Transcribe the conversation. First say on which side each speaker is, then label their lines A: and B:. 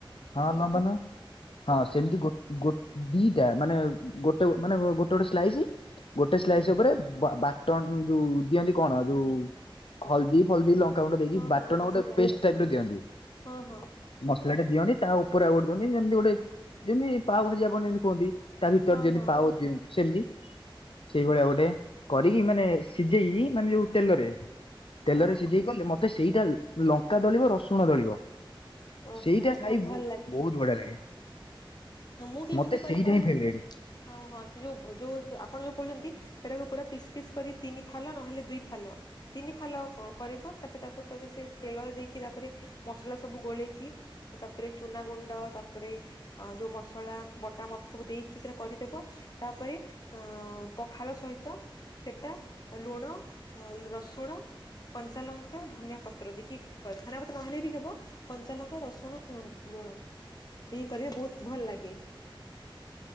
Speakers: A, on the left; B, on the left.
A: ହଁ ଲମ୍ବା ଲମ୍ବ ହଁ ସେମିତି ଗୋ ଗୋ ଦିଟା ମାନେ ଗୋଟେ ମାନେ ଗୋଟେ ଗୋଟେ ସ୍ଲାଇସି ଗୋଟେ ସ୍ଲାଇସ୍
B: ହୁଁ
A: ଉପରେ ବାଟଣ ଯୋଉ ଦିଅନ୍ତି କଣ ଯୋଉ ହଳଦୀ ଫଲଦି ଲ ଲଙ୍କା ଗୁଣ୍ଡ ଦେଇକି
B: ହଁ
A: ବାଟଣ
B: ହଁ ମସଲା
A: ଗୋଟେ ପେଷ୍ଟ
B: ହଁ
A: ଟାଇପ ର ଦିଅନ୍ତି।
B: ହଁ ହଁ
A: ମସଲା ଟା ଦିଅନ୍ତି ତା ଉପରେ ଆଉ ଗୋଟେ ଦିଅନ୍ତି ଯେମିତି ଗୋଟେ ଯେମିତି ପାଓ ଭାଜି ଆପଣ ଯେମିତି କୁହନ୍ତି। ତା ଭିତରେ
B: ହଁ
A: ଯେମତି
B: ହଁ
A: ପାଓ ଦିଅନ୍ତି ସେମତି ସେଇଭଳିଆ ଗୋଟେ କରିକି ମାନେ ସିଝେଇକି ମାନେ ଯୋଉ ତେଲରେ ତେଲରେ
B: ହଁ
A: ସିଝେଇ କଲେ ମତେ ସେଇଟା ଲଙ୍କା ଦଳିବ ରସୁଣ ଦଳିବ।
B: ଓହୋ
A: ସେଇଟା ଖାଇ
B: ହଁ ଭଲ
A: ବ ବହୁତ ବଢିଆ ଲାଗେ।
B: ହ ମୁଁ କେମିତି
A: ମତେ
B: କରେ
A: ସେଇଟା
B: କହିଲେ
A: ହିଁ ଫେବରାଇଟ୍।
B: ହଁ ହଁ ସେ ଯୋଉ ଯୋଉ ଆପଣ ଯୋଉ କହୁଛନ୍ତି। ସେଟାକୁ ପୁରା ପିସ୍ ପିସ୍ କରି ତିନି ଫାଲ ନହେଲେ ଦୁଇ ଫାଲ ତିନି ଫାଲ ଉ କ କରିବ ତାପରେ ତାକୁ ତା ସେ ତେଲ ଦେଇକି ତାପରେ ମସଲା ସବୁ ଗୋଳେଇକି। ତାପରେ ଚୁନା ଗୁଣ୍ଡ ତାପରେ ଯୋଉ ମସ ମସଳା ବଟା ମତ ସବୁ ଦେଇକି ସେଟା କରିଦେବ। ତାପରେ ଅ ପଖାଳ ସହିତ ସେଟା ଲୁଣ ରସୁଣ କଞ୍ଚା ଲଙ୍କା ଧନିଆ ପତ୍ର ଦେଇକି କର ଧନିଆ ପତ୍ର ନହେଲେ ବି ହେବ କଞ୍ଚାଲଙ୍କା ରସୁଣୁ ଲୁନ। ଲୁଣ ବି କରିବେ ବହୁତ ଭଲ ଲାଗେ।